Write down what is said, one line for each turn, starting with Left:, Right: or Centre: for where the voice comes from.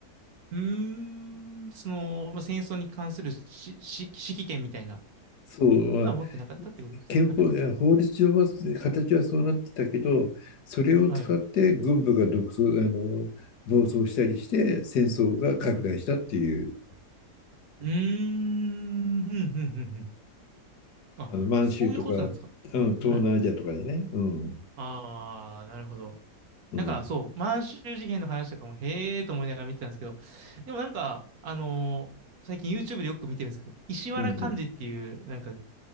Right: うーん、その、まあ、戦争に関するし、し、指揮権みたいな
Left: そう、まあ
Right: のは持ってなかったってことですか。
Left: 憲法、
Right: はい。
Left: 法律上は形はそうなってたけど、それを使って軍部が独走、
Right: はい。
Left: あの、暴走したりして戦争が拡大したっていう、
Right: うん。うーん、ふんふんふんふん。あ、
Left: あの満州とか、
Right: そういうことなんですか。
Left: うん、東南アジアとかでね。
Right: はい。
Left: うん、
Right: ああ、なるほど。
Left: うん
Right: なんか、そう、満州事変の話とかも、へえーと思いながら見てたんですけど、でもなんか、あのー最近 YouTube でよく見てるんですけど、石原幹二っていう、
Left: うんうん。
Right: なんか、